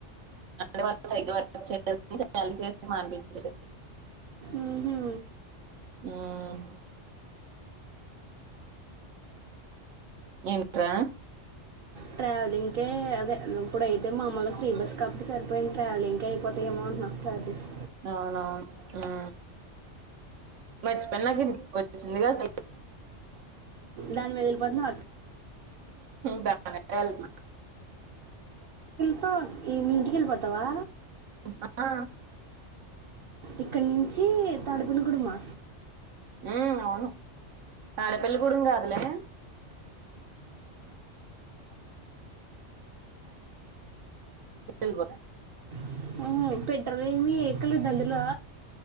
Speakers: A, on the right; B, on the right.
A: అంటే వాళ్లు సరిగ్గా వర్క్ చేయలేదని <inaudible> మానిపించారు
B: ఉహు
A: ఉమ్ ఏంట్రా
B: ట్రావెలింగ్కే అదే ఇప్పుడైతే మామూలుగా ఫ్రీ బస్ కాబట్టి సరిపోయింది ట్రావెలింగ్కే అయిపోతాయి ఏమో అంటున్న చార్జెస్
A: అవునవును మర్చిపోయిన నాకు వచ్చిందిగా <inaudible>
B: దాని మీద నిలబడిన
A: దా <inaudible> ఏళ్తున్నా
B: <unintelligible> ఈమీడి నీల్ బోతావా
A: ఇంకా,
B: ఇక్కడి నుంచి తాడపని గుడమా
A: మ్మ్ అవును తాడేపల్లి కొడుకు కాదులే <inaudible>
B: <unintelligible> ఎక్కండి బండిలో